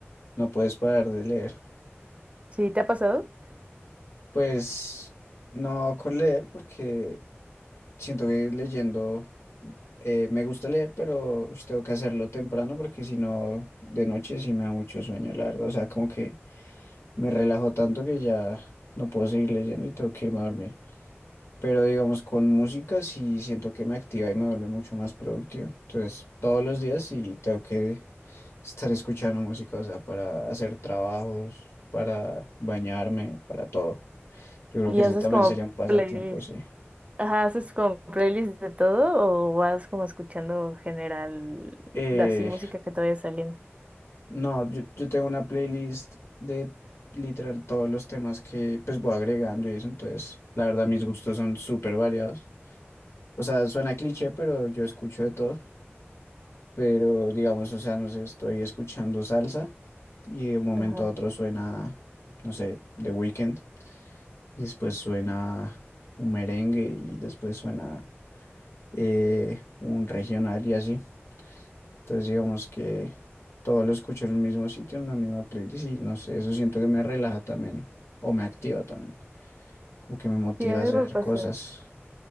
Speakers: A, on the left; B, on the right.
A: no puedes parar de leer.
B: Sí, ¿te ha pasado?
A: Pues no con leer porque siento que leyendo eh, me gusta leer, pero ush, tengo que hacerlo temprano porque si no, de noche sí me da mucho sueño, la verdad. O sea, como que me relajo tanto que ya no puedo seguir leyendo y tengo que irme a dormir. Pero digamos, con música sí siento que me activa y me vuelve mucho más productivo. Entonces, todos los días sí tengo que estar escuchando música, o sea, para hacer trabajos, para bañarme, para todo. Yo creo
B: ¿Y
A: que ese
B: haces
A: también
B: como
A: sería un pasatiempo,
B: playlist?
A: sí.
B: Ajá, ¿haces como playlist de todo o vas como escuchando general,
A: Eh,
B: así música que te vaya saliendo?
A: no, yo, yo tengo una playlist de literal todos los temas que pues voy agregando y eso, entonces, la verdad, mis gustos son súper variados. O sea, suena cliché, pero yo escucho de todo. pero digamos, o sea, no sé, estoy escuchando salsa y de un momento
B: Ajá.
A: a otro suena, no sé, The Weeknd y después suena un merengue y después suena eh, un regional y así. Entonces digamos que todo lo escucho en un mismo sitio, en una misma playlist y no sé, eso siento que me relaja también o me activa también, como que me motiva
B: Sí, a mí
A: a hacer
B: me pasa.
A: cosas.